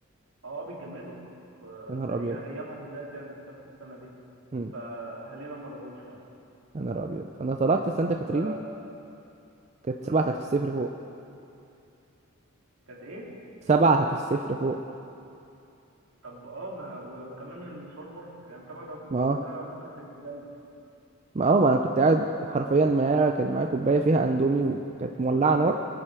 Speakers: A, on the right (about 70°); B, on the right (about 30°).
A: اه بيتجمدوا ف-
B: يا نهار
A: أي-
B: ابيض
A: ايامها بالذات يعني في نفس السنه دي
B: مم.
A: فاهالينا ما رضوش يعني
B: يا نهار ابيض انا طلعت
A: بس
B: سانتا كاترين
A: ف
B: كانت
A: مم.
B: سبعة تحت الصفر فوق
A: كانت ايه
B: سبعة تحت الصفر فوق
A: طب اه ما و- وكمان المشوار مرهق يعني سبعة بتاعت الصيف
B: ما اه
A: ده ممكن تتجمد
B: ما اه ما انا كنت قاعد حرفيا معايا كان معايا كوبايه فيها اندومي وكانت مولعه نار